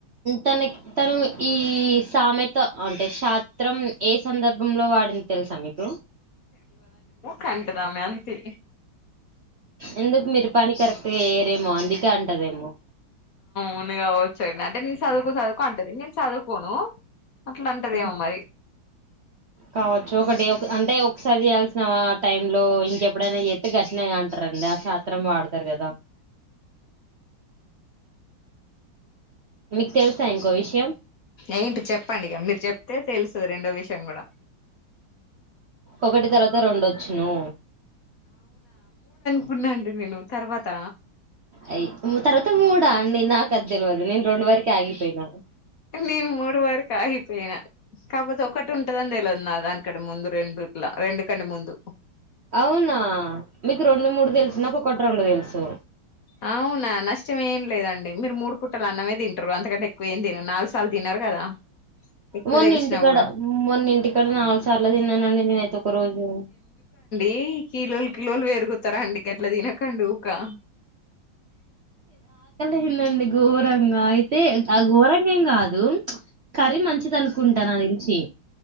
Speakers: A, on the right; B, on the left.
A: తనకి తను ఈ సామెత అంటే శాత్రం ఏ సందర్భంలో వాడు తెలుసా మీకు
B: కంటది ఆమె అంతే
A: ఎందుకు మీరు పని కరెక్ట్గా చేయరేమో అందుకే అంటదేమో
B: వునుగావచ్చయిడి అదే <unintelligible> చదువుకో చదువుకో అంటది నేను చదువుకోను అట్లా అంటదేమో
A: ఉమ్,
B: మరి
A: కావచ్చు ఒకటి అంటే ఒకసారి చేయాల్సిన టైమ్ లో ఇంకెప్పుడైనా ఎత్తి గట్టిన అంటారండి ఆ శాత్రం వాడతారు కదా మీకు తెలుసా ఇంకో విషయం
B: ఏంటి చెప్పండి ఇగ మీరు చెప్తే తెలుస్తది రెండో విషయం కూడా
A: ఒకటి తర్వాత రెండొచ్చును
B: కున్నాండి నేను తర్వాత
A: అయి తర్వాత మూడా అండి నాకు అది తెలవదు నేను రెండు వరకి ఆగిపోయినాను
B: నేను మూడు వరకు ఆగిపోయినా కాపోతే ఒ ఒకటి ఉంటందని తెలవదు నా దానికంట ముందు రెండు ఇట్లా రెండు కంటే ముందు
A: అవునా మీకు రెండు మూడు తెలుసు నాకు ఒకటి రెండు తెలుసు
B: అవునా నష్టం ఏం లేదండి మీరు మూడు పుటలు అన్నమే తింటారు అంతకంటే ఎక్కువ ఏం తినరు నాలుగు సార్లు తినారు కదా ఎక్కువ
A: మొన్న
B: తెలిసినా
A: ఇంటికాడ
B: కూడా
A: మొన్న ఇంటికాడ నాలుగు సార్లు తిన్నానండి నేనయితే ఒక రోజు
B: ఏయ్ కిలోలు కిలోలు పెరుగుతర అండి గట్లా తినకండి ఊకా
A: దండి ఘోరంగా అయితే ఆ ఘోరంగ ఏం కాదు కర్రీ మంచి అనుకుంట నాకు తెలిసి